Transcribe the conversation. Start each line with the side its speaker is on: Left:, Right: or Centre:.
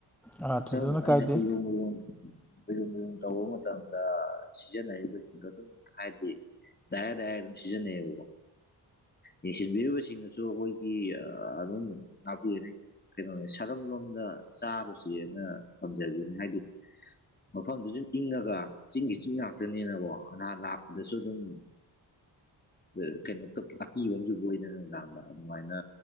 Centre: ꯑꯥ ꯊꯣꯏꯗꯣꯛꯅ
Left: ꯁꯨꯝ
Centre: ꯀꯥꯏꯗꯦ
Left: ꯑꯩꯅ <unintelligible> ꯎꯏꯔꯨꯝ ꯎꯏꯔꯨꯃ ꯇꯧꯕ ꯃꯇꯝꯗ ꯁꯤꯖꯤꯟꯅꯔꯤꯕꯁꯤꯡꯗꯣ ꯗꯨꯝ ꯍꯥꯏꯗꯤ ꯗꯥꯏ ꯗꯥꯢ ꯑꯗꯨꯝ ꯁꯤꯖꯟꯅꯩꯌꯦꯕꯀꯣ꯫ ꯌꯦꯡꯁꯤꯟꯕꯤꯔꯤꯕꯁꯤꯡꯅꯁꯨ ꯑꯈꯣꯏꯒꯤ ꯑꯗꯨꯝ ꯉꯥꯛꯄꯤꯒꯅꯤ ꯀꯩꯅꯣꯅꯤ ꯈꯔꯝ ꯂꯣꯝꯗ ꯆꯥꯔꯨꯁꯤꯅ ꯊꯝꯖꯒꯅꯤ ꯍꯥꯏꯗꯤ ꯃꯐꯝꯗꯨ ꯁꯨꯝ ꯏꯪꯉꯒ ꯆꯤꯡꯒꯤ ꯆꯤꯡ ꯉꯥꯛꯇꯅꯦꯅꯀꯣ ꯅꯍꯥ ꯂꯥꯛꯄꯗꯁꯨ ꯗꯨꯝ <unintelligible> ꯀꯩꯅꯣ ꯇꯨꯞ ꯑꯀꯤꯕ ꯑꯃꯁꯨ ꯄꯣꯛꯏꯗꯅ ꯅꯨꯡꯗꯥꯡꯗ ꯑꯗꯨꯃꯥꯏꯅ